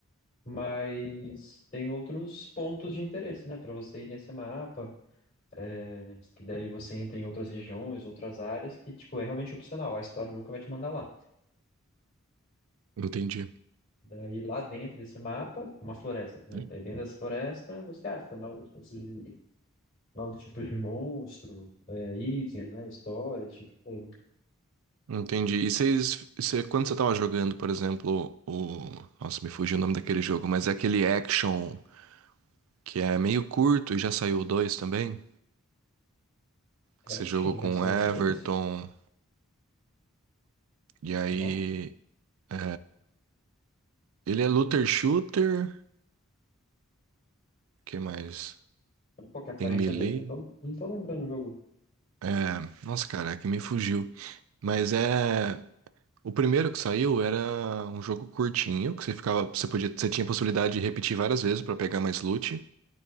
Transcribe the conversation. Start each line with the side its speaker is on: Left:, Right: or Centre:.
Left: mas tem outros pontos de interesse, né? Para você ir nesse mapa, é, que daí você entra em outras regiões, outras áreas, que, tipo, é realmente opcional. A história nunca vai te mandar lá.
Right: Entendi.
Left: Daí lá dentro desse mapa, uma floresta, por exemplo.
Right: Hum.
Left: Daí dentro dessa floresta você acha novos tipos de, novos tipos de monstro, é, itens, né? Histórias, tipo de coisa.
Right: Entendi. E vocês, você- quando você tava jogando, por exemplo, o. Nossa, me fugiu o nome daquele jogo, mas é aquele action que é meio curto e já saiu o 2 também.
Left: Reaction
Right: Que você jogou com
Left: já saiu
Right: o Everton.
Left: dois?
Right: E aí.
Left: Não.
Right: é, Ele é looter shooter. que mais?
Left: Qual que é a aparência
Right: Tem melee.
Left: dele? Não tô, não tô lembrando o jogo.
Right: É, nossa, cara, é que me fugiu. Mas é. O primeiro que saiu era um jogo curtinho, que você ficava, você podia, você tinha a possibilidade de repetir várias vezes pra pegar mais loot.